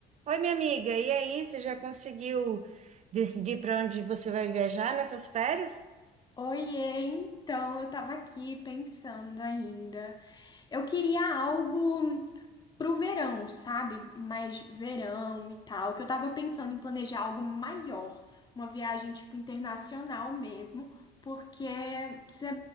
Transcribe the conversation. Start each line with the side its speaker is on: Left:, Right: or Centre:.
Right: Oi, minha amiga, e aí, você já conseguiu decidir para onde você vai viajar nessas férias?
Left: Oiê, então eu tava aqui pensando ainda. Eu queria algo pro verão, sabe? Mais verão e tal, que eu tava pensando em planejar algo maior, uma viagem tipo internacional mesmo, porque se-